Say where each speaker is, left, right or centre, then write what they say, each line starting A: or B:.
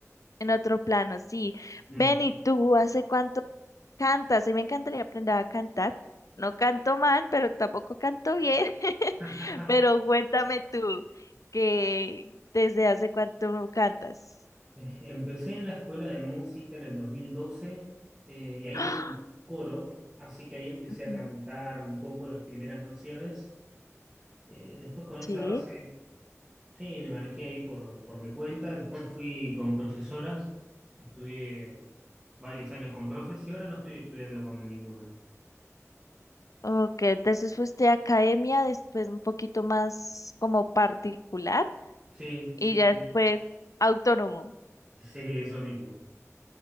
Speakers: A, on the left; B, on the right.
A: En otro plano, sí. Ven
B: Mm.
A: y tú, ¿hace cuánto cantas? A mí me encantaría aprender a cantar. No canto mal, pero tampoco canto bien. <laughs>
B: <laughs>
A: Pero cuéntame tú, que desde hace cuánto cantas.
B: Eh, Empecé en la escuela de música en el 2012 eh, y ahí
A: ¡Ah!
B: teníamos coro, así que ahí empecé a
A: Ujú.
B: cantar un poco las primeras nociones. Eh, después con esa
A: Sí.
B: base, sí, me manejé ahí por, por mi cuenta. Después fui con profesoras, estudié varios años con profes y ahora no estoy estudiando con ninguna.
A: Ok, entonces fuiste a academia, después un poquito más como particular
B: Sí,
A: y
B: sí,
A: ya
B: sí,
A: después autónomo.
B: sí, eso mismo.